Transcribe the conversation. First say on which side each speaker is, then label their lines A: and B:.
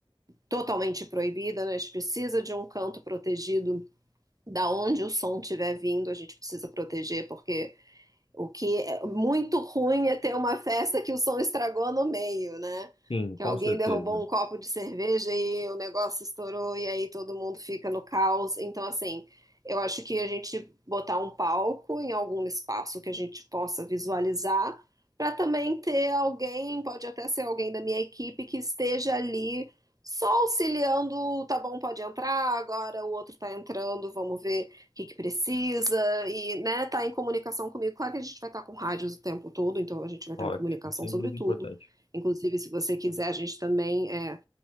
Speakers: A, on the right; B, on the left.
A: totalmente proibida, né? A gente precisa de um canto protegido da onde o som estiver vindo, a gente precisa proteger, porque o que é muito ruim é ter uma festa que o som estragou no meio, né?
B: Sim,
A: Que
B: com
A: alguém
B: certeza.
A: derrubou um copo de cerveja e o negócio estourou e aí todo mundo fica no caos. Então, assim, eu acho que a gente botar um palco em algum espaço que a gente possa visualizar, para também ter alguém, pode até ser alguém da minha equipe, que esteja ali só auxiliando, tá bom, pode entrar, agora o outro tá entrando, vamos ver o que que precisa e, né, tá em comunicação comigo. Claro que a gente vai estar com rádios o tempo todo, então a gente vai estar
B: Ótimo,
A: em comunicação
B: isso é
A: sobre
B: muito
A: tudo.
B: importante.
A: Inclusive, se você quiser, a gente também é,